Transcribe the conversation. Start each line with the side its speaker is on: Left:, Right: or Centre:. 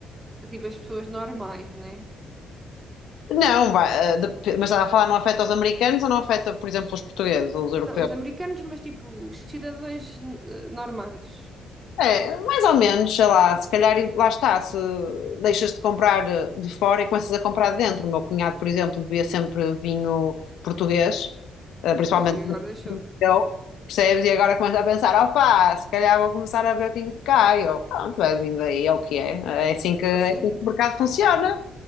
Right: tipo, as pessoas normais, né?
Left: Não, vai, eh, dep- mas está a falar, não afeta os americanos ou não afeta, por exemplo, os portugueses ou os europeus?
Right: Não, os americanos, mas tipo, os cidadãos n- eh, normais.
Left: É, mais ou menos, sei lá, se calhar, lá está, se deixas de comprar eh, de fora e começas a comprar de dentro. O meu cunhado, por exemplo, bebia sempre vinho português, eh, principalmente
Right: Pois, e agora deixou.
Left: eu, percebes? E agora começa a pensar, opá, se calhar vou começar a beber vinho de cá. E eu, pronto, bebe vinho daí, é o que é. É assim que, é
Right: Ah, sim.
Left: assim que o mercado funciona.